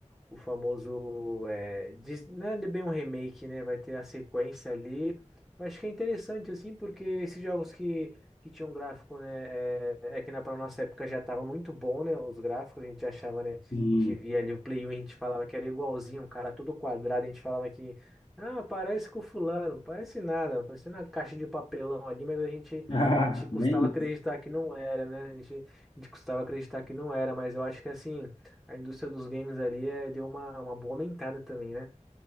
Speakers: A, in the centre; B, on the left.
A: o famoso. É, diz- não é bem um remake, né? Vai ter a sequência ali. Eu acho que é interessante, assim, porque esses jogos que, que tinham gráfico, né? É, é que na pra nossa época já tava muito bom, né? Os gráficos, a gente achava, né?
B: E,
A: A gente via ali o Play 1, a gente falava que era igualzinho, um cara todo quadrado, a gente falava que. Ah, parece com o fulano, parece nada, parece uma caixa de papelão ali, mas a gente,
B: <laughs> ah,
A: a gente custava
B: bem
A: acreditar que não era, né? A gente, a gente custava acreditar que não era, mas eu acho que assim. A indústria dos games ali é, deu uma, uma boa aumentada também, né?